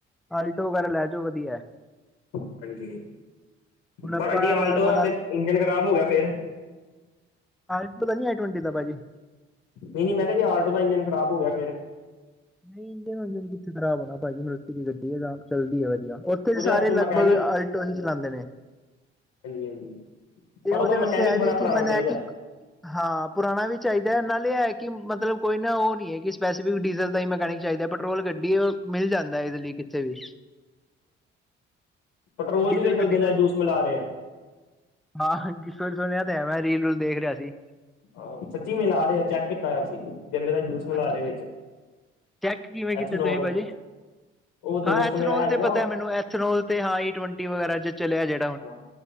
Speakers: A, in the centre; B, on the left.
A: ਆਲਟੋ ਵਗੈਰਾ ਲੈ ਜਾਓ ਵਧੀਆ।
B: ਹਾਂਜੀ,
A: ਹੁਣ ਆਪਾਂ
B: ਪਰ ਜੇ ਆਲਟੋ
A: ਮਤਲਬ
B: ਦਾ
A: ਮਨਾਲੀ
B: ਤੇ ਇੰਜਨ ਖ਼ਰਾਬ ਹੋ ਗਿਆ ਫੇਰ?
A: ਆਲਟੋ ਦਾ ਨੀ, ਆਈ ਟਵੰਟੀ ਦਾ ਭਾਜੀ।
B: ਨਹੀਂ ਨਹੀਂ ਮੈਂ ਕਿਹਾ ਜੇ ਆਲਟੋ ਦਾ ਇੰਜਨ ਖਰਾਬ ਹੋ ਗਿਆ ਫੇਰ
A: ਨਹੀਂ ਇੰੰਥੇ ਕਿੱਥੇ ਖਰਾਬ ਹੋਣਾ, ਭਾਜੀ ਮਾਰੂਤੀ ਦੀ ਗੱਡੀ ਹੈ, ਤਾਂ ਚੱਲਦੀ ਹੈ ਵਧੀਆ। ਫਿਰ
B: ਉਹਦੇ
A: ਸਾਰੇ
B: ਵਾਸਤੇ
A: ਲਗਭਗ
B: ਮਕੈਨਿਕ
A: ਆਲਟੋ
B: ਹਾਂਜੀ
A: ਹੀ ਚਲਾਉਂਦੇ ਨੇ।
B: ਹਾਂਜੀ
A: ਤੇ
B: ਪਰ
A: ਉਹਦੇ
B: ਉਹਦਾ
A: ਵਾਸਤੇ
B: ਮਕੈਨਿਕ
A: ਇਹ ਵੀ
B: ਬੜਾ ਪੁਰਾਣਾ
A: ਕਿ ਮਨ
B: ਚਾਹੀਦਾ
A: ਹੈ ਕਿ ਹਾਂ, ਪੁਰਾਣਾ ਵੀ ਚਾਹੀਦੈ, ਨਾਲੇ ਇਹ ਹੈ ਕਿ ਮਤਲਬ ਕੋਈ ਨਾ ਉਹ ਨਹੀਂ ਹੈ ਕਿ ਸਪੈਸੀਫਿਕ ਡੀਜ਼ਲ ਨਹੀ ਮੈਕੈਨਿਕ ਚਾਹੀਦਾ, ਪੈਟਰੋਲ ਗੱਡੀ, ਉਹ ਮਿਲ ਜਾਂਦੈ, ਇਹਦੇ ਲਈ, ਕਿਤੇ ਵੀ
B: ਪੈਟਰੋਲ
A: ਡੀਜ਼ਲ
B: ਚ ਵੀ ਅੱਜ ਕੱਲ
A: ਗੱਡੀ
B: ਗੰਨੇ
A: ਦਾ
B: ਜੂਸ ਮਿਲਾ ਰਹੇ ਆ
A: ਹਾਂ, ਹਾਂ, ਕਿਥੇ ਸੁਣਿਆ ਤੇ ਹੈ ਮੈਂ, ਰੀਲ ਰੂਲ ਦੇਖ ਰਿਹਾ ਸੀ।
B: ਆਹੋ। ਸੱਚੀ, ਮਿਲਾ ਰੇ ਆਂ। ਚੈਕ ਕੀਤਾ ਹੋਇਐ ਅਸੀ। ਗੰਨੇ ਦਾ ਜੂਸ ਮਿਲਾ
A: ਅੱਛਾ
B: ਰਹੇ
A: ਜੀ?
B: ਵਿੱਚ
A: ਚੈਕ ਕਿਵੇਂ
B: ਐਥਨੋਲ
A: ਕੀਤੇ ਤੁਸੀਂ, ਭਾਜੀ?
B: ਉਹ ਦੋਸਤ
A: ਹਾਂ, ਐਥਨੋਲ
B: ਮੇਰਾ ਹੈਗਾ
A: ਤੇ
B: ਨਾ
A: ਪਤਾ ਏ ਮੈਨੂੰ, ਐਥਨੋਲ ਤੇ ਆਈ ਟਵੰਟੀ ਵਗੈਰਾ 'ਚ ਚਲਿਅਐ ਜੜ
B: ਹਾਂ,